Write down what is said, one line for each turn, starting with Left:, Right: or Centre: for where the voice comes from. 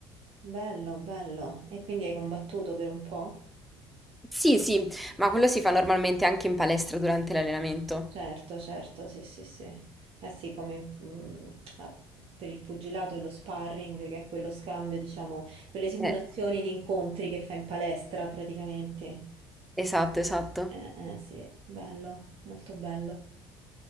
Right: Bello, bello. E quindi hai combattuto per un po'?
Centre: Sì, sì, ma quello si fa normalmente anche in palestra durante l'allenamento.
Right: Certo, certo, sì, sì, sì. Eh sì, come mm, a- per il pugilato e lo sparring, che è quello scambio, diciamo, quelle simulazioni
Centre: Eh,
Right: di incontri che fai in palestra praticamente.
Centre: esatto, esatto.
Right: Eh, eh, sì, bello, molto bello.